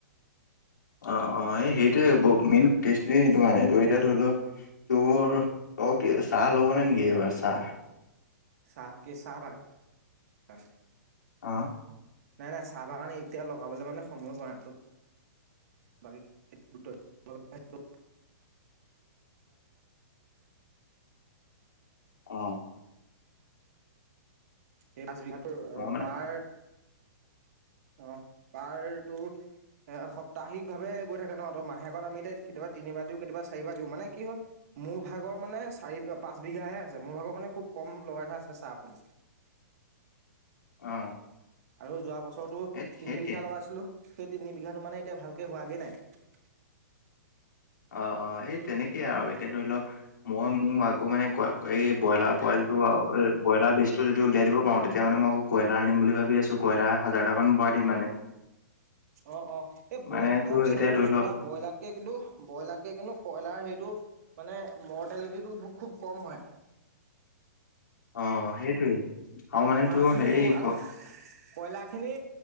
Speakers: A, on the left (about 85°); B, on the right (about 60°).
A: অ, অ, এই সেইটোৱে মেইন কেচটোয়ে সেইটো মানে ত এতিয়া ধৰি ল তোৰ তই চাহ ল'ব নে নেকি এইবাৰ চাহ।
B: চাহ কে চাহ বাগান।
A: অ'
B: নাই নাই চাহ বাগান এতিয়া লগাবলে মানে সময় পোৱা নাই। <unintelligible>
A: <inaudible> অ'
B: <unintelligible>
A: মই মানে
B: পাৰ
A: <inaudible>
B: অ, পাৰ টো এ সপ্তাহিক ভাৱে গৈ থাকে ন ত' মাহেকত আমি তাই কেতিয়াবা তিনিবাৰ দিওঁ কেতিয়াবা চাৰিবাৰ দিওঁ মানে কি হ'ল মোৰ ভাগৰ মানে চাৰি পাঁচ বিঘাহে আছে মোৰ ভাগৰ মানে খুব কম লগাই থোৱা আছে চাহ পুলি। <inaudible>
A: অ',
B: আৰু যোৱা বছৰৰতো
A: এই
B: তিনি
A: সেই তেনে
B: বিঘা লগাইছিলো। সেই তিনি বিঘাটো মানে এতিয়া ভালকে হোৱাগে নাই।
A: অ, অ, এই তেনেকেই আৰু এতিয়া ধৰি ল মই মোৰ আকৌ মানে ক এই ব্ৰইলাৰ পোৱলিটো আৰু ব্ৰইলাৰ বেজটো যদি উলিয়াই দিব পাৰো তেতিয়াহ'লে মই আকৌ কইলাৰ আনিম বুলি ভাবি আছো কইলাৰ হাজাৰ মান ভৰাই দিম মানে। <inaudible>
B: অ, অ, এই
A: মানে
B: বই
A: তোৰ
B: তই
A: এতিয়া
B: চাবি
A: ধৰি
B: বস্তু
A: ল
B: এটা ব্ৰইলাৰতকে কিন্তু ব্ৰইলাৰতকে কিন্তু কয়লাৰ হেৰিটো মানে মৰ্টেলিটিটো খুব কম হয়।
A: <inaudible> অ', সেইটোৱে
B: আৰু
A: মানে
B: বেমাৰ
A: তোৰ
B: খিনিও
A: হেৰি
B: কম হয় আৰু কয়লা খিনি